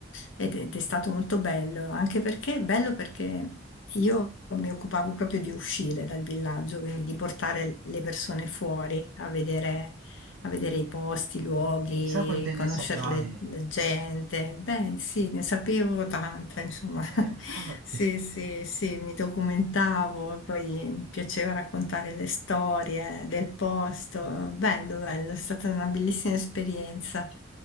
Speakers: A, on the left; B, on the right.
A: ed, ed è stato molto bello, anche perché bello perché io mi occupavo proprio di uscire dal villaggio, quindi di portare le persone fuori a vedere, a vedere i posti, i luoghi,
B: E chissà quante
A: conoscere
B: ne saprai.
A: le- la gente. Beh, sì, ne sapevo tanta, insomma. <laughs>
B: Eh, infatti.
A: Sì, sì, sì, mi documentavo e poi mi piaceva raccontare le storie del posto.
B: Sì.
A: Bello, bello, è stata una bellissima esperienza.